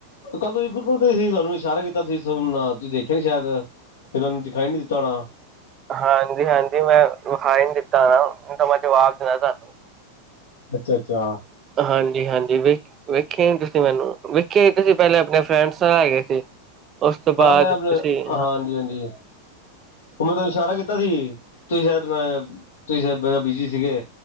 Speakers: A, on the left; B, on the right.
A: ਕੱਲ ਤੁਸੀਂ ਗੁਰਪੁਰਬ ਤੇ ਸੀ ਤੁਹਾਨੂੰ ਇਸ਼ਾਰਾ ਕੀਤਾ ਤੁਸੀਂ ਤੁਸੀਂ ਦੇਖਿਆ ਨੀ ਸ਼ਾਇਦ ਫੇਰ ਉਹਨੂੰ ਦਿਖਾਈ ਨੀ ਦਿੱਤਾ ਹੋਣਾ
B: ਹਾਂਜੀ-ਹਾਂਜੀ ਮੈਂ <unintelligible> ਦਿੱਤਾ ਨਾ ਤਾਂ ਮੈਂ ਜਵਾਬ ਦੇਣਾ ਤੁਹਾਨੂੰ
A: ਅੱਛਾ-ਅੱਛਾ।
B: ਹਾਂਜੀ-ਹਾਂਜੀ ਵੇਖ ਵੇਖੇ ਨੀ ਤੁਸੀਂ ਮੈਨੂੰ ਵੇਖੇ ਹੀ ਤੁਸੀਂ ਪਹਿਲੇ ਆਪਣੇ ਫਰੈਂਡਸ ਨਾਲ ਹੈਗੇ ਸੀ। ਉਸ ਤੋਂ
A: ਹਾ
B: ਬਾਅਦ
A: ਮੈਂ ਆਪਣੇ
B: ਤੁਸੀਂ
A: ਹਾਂ ਹਾਂਜੀ-ਹਾਂਜੀ ਉਹ ਮੈਂ ਤੁਹਾਨੂੰ ਇਸ਼ਾਰਾ ਕੀਤਾ ਸੀ ਤੁਸੀਂ ਸ਼ਾਇਦ ਤੁਸੀਂ ਸ਼ਾਇਦ ਬੀਜੀ ਸੀਗੇ।